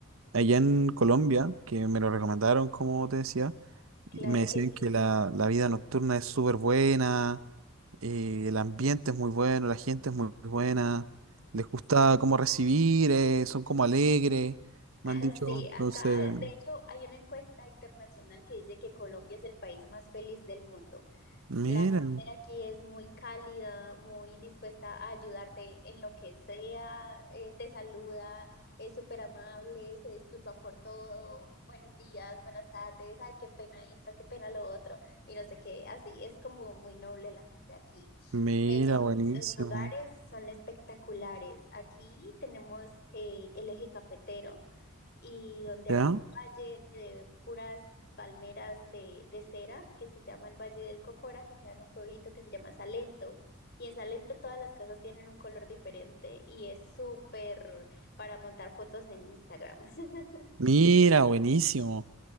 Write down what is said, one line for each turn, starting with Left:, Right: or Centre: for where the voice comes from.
Right: allá en Colombia, que me
Left: Mm,
Right: lo recomendaron, como te decía,
Left: Claro
Right: y me decían
Left: que sí.
Right: que la, la vida nocturna es súper buena, eh, el ambiente es muy bueno, la gente es muy buena, les gusta
Left: Sí.
Right: cómo recibir, eh, son como alegres, me
Left: <laughs>
Right: han dicho.
Left: Sí,
Right: Entonces,
Left: acá de hecho hay una encuesta internacional que dice que Colombia es el país más feliz del mundo.
Right: mira
Left: La gente de aquí es muy cálida, muy dispuesta a ayudarte en lo que sea, eh, te saluda, es súper amable, se disculpan por todo, buenos días, buenas tardes, ay, qué pena esto, qué pena lo otro, y no sé qué, así es como muy noble la gente aquí.
Right: mira,
Left: Pero
Right: buenísimo,
Left: los lugares son espectaculares. Aquí tenemos eh, el eje cafetero y donde
Right: ¿ya?
Left: hay un valle de puras palmeras de, de cera que se llama el Valle del Cocora, que queda en un pueblito que se llama Salento. Y en Salento todas las casas tienen un color diferente y es súper para montar fotos en Instagram. <laughs>
Right: Mira, buenísimo.